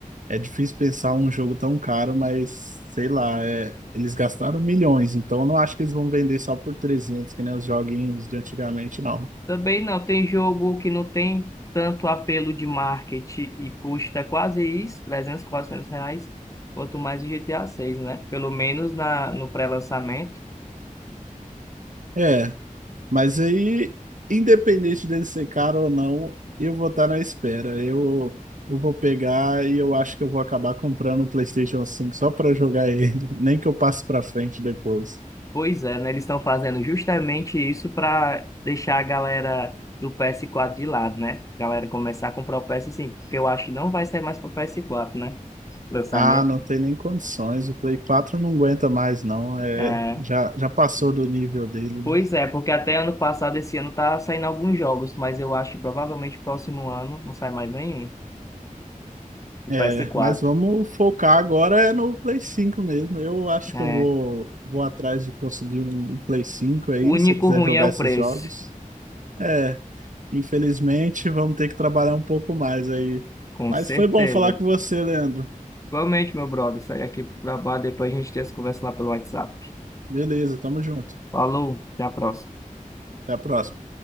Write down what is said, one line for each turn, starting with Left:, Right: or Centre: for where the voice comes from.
Right: É difícil pensar um jogo tão caro, mas sei lá, é- eles gastaram milhões, então eu não acho que eles vão vender só por 300, que nem os joguinhos de antigamente, não.
Left: Também não, tem jogo que não tem tanto apelo de marketing e custa quase isso, 300 400 reais, quanto mais o GTA 6, né? Pelo menos na, no pré-lançamento.
Right: É, mas aí, independente dele ser caro ou não, eu vou estar na espera. Eu, eu vou pegar e eu acho que eu vou acabar comprando o PlayStation 5 só para jogar ele, <laughs> nem que eu passe para frente depois.
Left: Pois é, né? Eles estão fazendo justamente isso para deixar a galera do PS4 de lado, né? A galera começar a comprar o PS5, porque eu acho que não vai sair mais para o PS4, né? Lançamento.
Right: Ah, não tem nem condições, o Play 4 não aguenta mais, não. É,
Left: É,
Right: já, já passou do nível dele,
Left: pois
Right: né?
Left: é, porque até ano passado, esse ano, tá saindo alguns jogos, mas eu acho que provavelmente próximo ano não sai mais nenhum. O
Right: É,
Left: ps quatro.
Right: mas vamos focar agora é no Play 5 mesmo. Eu acho
Left: É.
Right: que eu vou, vou atrás de conseguir um Play 5 aí,
Left: O único
Right: se eu quiser
Left: ruim
Right: jogar
Left: é o
Right: esses
Left: preço,
Right: jogos. É, infelizmente vamos ter que trabalhar um pouco mais aí.
Left: com
Right: Mas
Left: certeza.
Right: foi bom falar com você, Leandro.
Left: Igualmente, meu brother, sai aqui pro trabalho, depois a gente tem essa conversa lá pelo WhatsApp.
Right: Beleza, tamo junto.
Left: Falou, até a próxima.
Right: Até a próxima.